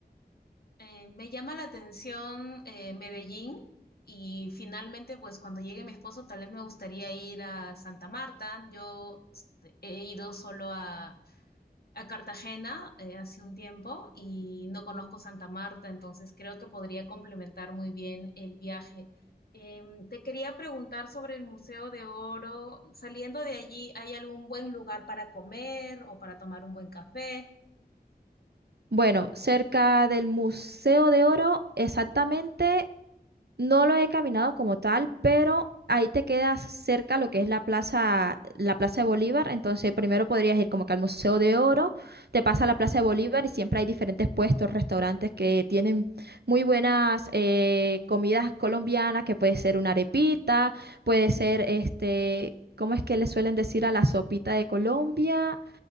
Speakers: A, on the left; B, on the right.
A: Eh, me llama la atención eh, Medellín y finalmente, pues cuando llegue mi esposo, tal vez me gustaría ir a Santa Marta. Yo he ido solo a, a Cartagena eh, hace un tiempo y no conozco Santa Marta, entonces creo que podría complementar muy bien el viaje. Em, te quería preguntar sobre el Museo de Oro. Saliendo de allí, ¿hay algún buen lugar para comer o para tomar un buen café?
B: Bueno, cerca del Museo de Oro, exactamente No lo he caminado como tal, pero ahí te quedas cerca lo que es la plaza, la Plaza de Bolívar. Entonces, primero podrías ir como que al Museo de Oro, te pasa a la Plaza de Bolívar y siempre hay diferentes puestos, restaurantes que tienen muy buenas eh, comidas colombianas, que puede ser una arepita, puede ser este, ¿cómo es que le suelen decir a la sopita de Colombia?